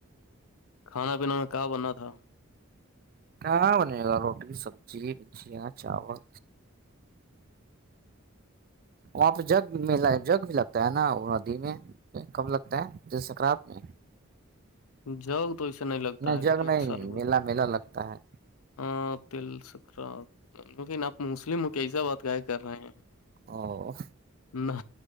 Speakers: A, on the left (about 80°); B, on the right (about 40°).
A: کھانا پینا میں کہاں بننا تھا
B: ہاں بنے گا روٹی سبزی ب جیا چاول وہاں پہ جگ میلہ جگ بھی لگتا ہے نا وہ ندی میں کب لگتا ہے ج سنکرانت میں
A: جاگ تو ایسے نہیں لگتا ہے
B: جگ
A: ایک
B: نہیں
A: سال ہوا
B: میلہ
A: تھا
B: میلہ لگتا ہے
A: ہاں تل سکرا لیکن آپ مسلم ہو کی ایسا بات کا کر رہے ہیں
B: او
A: نہ